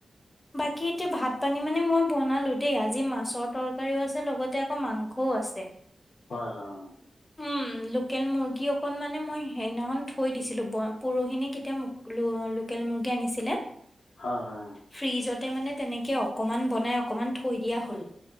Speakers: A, on the left; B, on the left.
A: বাকী এতিয়া ভাত পানী মানে মই বনালো দেই আজি মাছৰ তৰকাৰিও আছে লগতে আকৌ মাংসও আছে।
B: হয় হয়, উম।
A: উমঁ' লোকেল মুৰ্গী অকন মানে মই সেইদিনাখন থৈ দিছিলো পৰহিনে কেতিয়া লো লোকেল মুৰ্গী আনিছিলে-
B: হয় হয়।
A: ফ্ৰিজতে মানে তেনেকে অকমান বনাই অকমান থৈ দিয়া হ'ল,